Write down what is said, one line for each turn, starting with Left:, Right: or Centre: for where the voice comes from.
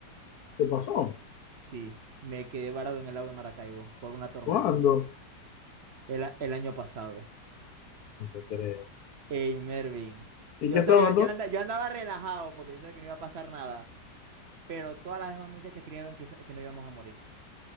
Left: ¿Qué pasó?
Right: Sí, me quedé varado en el lago de Maracaibo por una tormenta
Left: ¿Cuándo?
Right: el, a- el año pasado.
Left: No te creo.
Right: Ey, Mervin.
Left: ¿Y
Right: Yo,
Left: qué
Right: o
Left: estabas
Right: sea, yo,
Left: tú?
Right: yo, anda- yo andaba relajado porque yo sabía que no iba a pasar nada, pero todas las demás muchachas creían que, se- que no íbamos a morir.